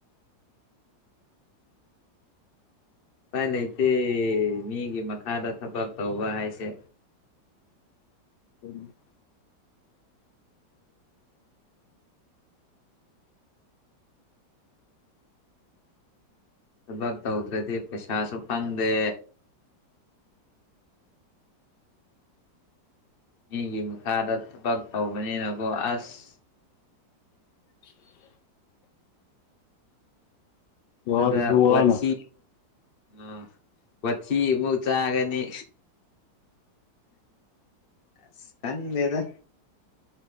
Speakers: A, on the left (about 35°); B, on the left (about 70°).
A: ꯏꯄꯥꯏ ꯂꯩꯇꯦ ꯃꯤꯒꯤ ꯃꯈꯥꯗ ꯊꯕꯛ ꯇꯧꯕ ꯍꯥꯏꯁꯦ
B: ꯎꯝ
A: ꯊꯕꯛ ꯇꯧꯗ꯭ꯔꯗꯤ ꯄꯩꯁꯥꯁꯨ ꯐꯪꯗꯦ ꯃꯤꯒꯤ ꯃꯈꯥꯗ ꯊꯕꯛ ꯇꯧꯕꯅꯤꯅꯀꫭ ꯑꯁ
B: <unintelligible> ꯋꯥꯕꯁꯨ
A: ꯑꯗꯨꯗ
B: ꯋꯥꯅ
A: ꯋꯥꯊꯤ ꯑ ꯋꯥꯊꯤ ꯑꯃꯨꯛ ꯆꯥꯒꯅꯤ ꯑꯁ ꯈꯪꯗ‌ꯦꯗ